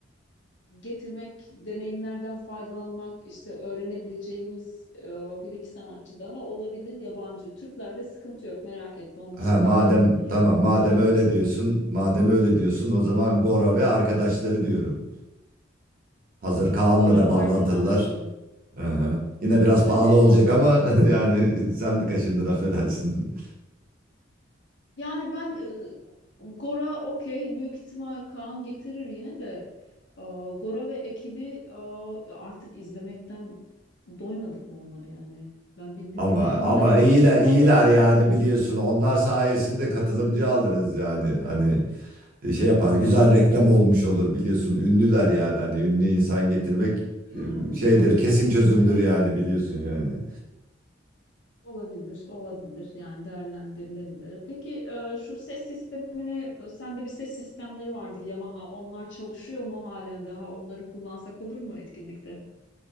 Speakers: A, on the left (about 65°); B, on the right (about 45°).
A: getirmek, deneyimlerden faydalanmak, işte öğrenebileceğimiz e, bir iki sanatçı daha olabilir yabancı. Türklerde sıkıntı yok merak etme onlar
B: Ha
A: zaten
B: madem tamam
A: misafirimiz.
B: madem öyle diyorsun madem öyle diyorsun o zaman Gora ve arkadaşları diyorum. Hazır Kaan'la
A: Gora
B: da
A: ve
B: bağlantılılar.
A: arkadaşları.
B: Aha. Yine biraz
A: Tabii
B: pahalı olacak
A: o, o-
B: ama <laughs> yani sen de kaşındın affedersin.
A: yani ben e, Gora okey büyük ihtimal Kaan getirir yine de e, Gora ve ekibi e, artık izlemekten doymadık mı onları yani. Ben
B: <laughs>
A: bildim
B: Ama
A: bile
B: ama
A: <laughs> onlar hep
B: iyiler
A: geliyor. Daha
B: iyiler
A: böyle yün...
B: yani biliyorsun onlar sayesinde katılımcı alırız yani hani şey yapar güzel reklam olmuş olur biliyorsun ünlüler yani hani ünlü insan getirmek
A: <laughs>
B: e, şeydir
A: yani
B: kesin çözümdür
A: işte evet.
B: yani biliyorsun yani.
A: Olabilir, olabilir. Yani değerlendirilebilir. Peki e, şu ses sistemine, e, sende bir ses sistemleri vardı Yamaha. Onlar çalışıyor mu halen daha? Onları kullansak olur mu etkinlikte?